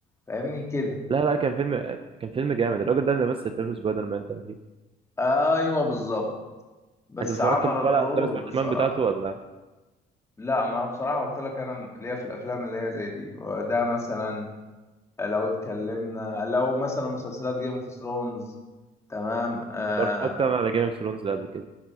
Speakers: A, on the left; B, on the right.
A: فاهمني كده
B: لا لا كان فيلم كان فيلم جامد الراجل ده اللي مثل فيلم سبايدر مان تقريبا
A: ايوه بالظبط بس
B: انت اتفرجت
A: عمل
B: بقى
A: الدور
B: على افلام سبايدر
A: بصراحه
B: مان بتاعته ولا
A: لا ما انا بصراحه قلت لك انا ليا في الافلام اللي هي زي دي ده مثلا لو اتكلمنا لو مثلا مسلسلات جيم اوف ثرونز تمام آه,
B: اتفرجت انا على جيم اوف ثرونز ده قبل كده